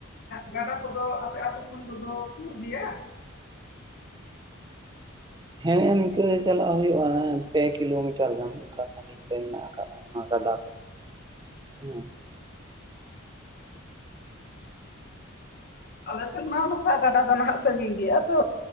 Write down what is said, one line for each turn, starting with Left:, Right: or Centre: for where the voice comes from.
Left: ᱜᱟᱰᱟ ᱠᱚᱫᱚ ᱟᱯᱮ ᱟᱛᱳ ᱠᱷᱚᱱ ᱠᱚᱫᱚ ᱥᱩᱨ ᱜᱮᱭᱟ
Right: ᱦᱮᱸ ᱱᱤᱝᱠᱟᱹ ᱪᱟᱞᱟᱜ ᱦᱩᱭᱩᱜᱼᱟ ᱯᱮ ᱠᱤᱞᱳᱢᱤᱴᱟᱨ ᱜᱟᱱ ᱚᱱᱠᱟ ᱥᱟᱜᱤᱧ ᱢᱮᱱᱟᱜ ᱟᱠᱟᱫᱟ ᱱᱚᱣᱟ ᱜᱟᱰᱟ ᱠᱚ ᱦᱮᱸ
Left: ᱟᱞᱮ ᱥᱮᱫ ᱢᱟ ᱱᱚᱝᱠᱟ ᱜᱟᱰᱟ ᱫᱚ ᱱᱟᱦᱟᱜ ᱥᱟᱜᱤᱧ ᱜᱮᱭᱟ ᱛᱚ